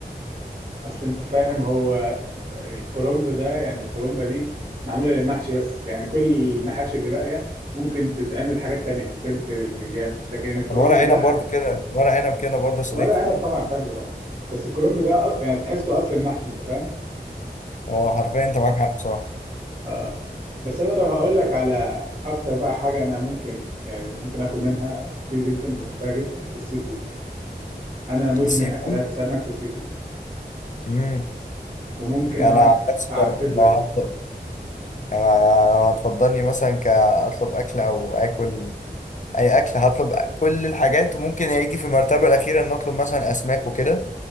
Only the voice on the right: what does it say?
اصل انت فاهم هو الكرنب ده يعني الكرنبه دي معموله للمحشي بس يعني كل المحاشي اللي باقيه ممكن تتعمل حاجات تانية الفلفل البتنجان لكن الكرنب
ده
ورق عنب طبعا حلو طبعا بس الكرنب ده أ- يعني تحسه اصل المحشي انت فاهم
اه بس انا لو هقول لك على اكتر بقى حاجه انا ممكن يعني ممكن اكل منها كتير جدا وبحبها جدا السي فود انا مدمن
اكلات
سمك وسي فود
وممكن
اقعد
اعدد
لك
بقى